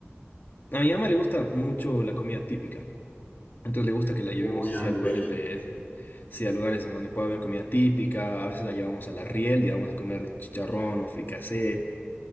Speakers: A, on the left; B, on the left.
A: A mi mamá le gusta mucho la comida típica. Entonces le gusta que la llevemos
B: Uy,
A: hacia
B: ya,
A: lugares
B: del
A: de, sí, a lugares en donde pueda haber comida típica. A veces la llevamos a la Riel, digamos, a comer chicharrón o fricasé.